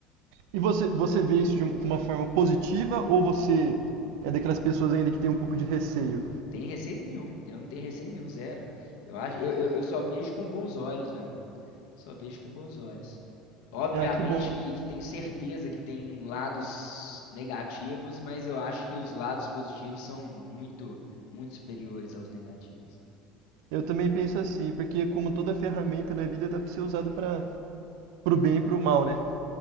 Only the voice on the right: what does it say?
E você, você vê isso de um- uma forma positiva ou você é daquelas pessoas ainda que tem um pouco de receio?
Ah, que bom.
Eu também penso assim, porque como toda ferramenta na vida dá pra ser usada para pro bem e pro mal, né?